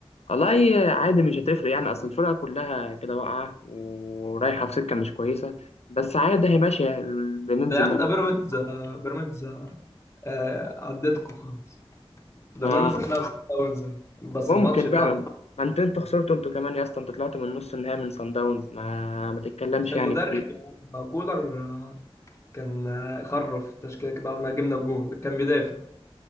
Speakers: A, on the left (about 80°); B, on the left (about 25°).
A: والله عادي مش هتفرق يعني اصل الفرقه كلها كده واقعه ورايحه في سكه مش كويسه بس عادي هي ماشية بننزل
B: ده يا عم ده بيراميدز آه، بيراميدز آه، عدتكوا خلاص ده
A: ما
B: بيراميدز هتلعب سان داونز بس
A: ممكن
B: الماتش بتاع
A: بقى ما انت انتوا خسرتوا انتوا كمان يا اسطى انتوا طلعتوا من نص النهائي من صن داونز ما ما تتكلمش
B: عشان المدرب
A: يعني كتير
B: يا عم كولر آه، كان آه، خرف التشكيلة كده بعد ما جبنا الجون كان بيدافع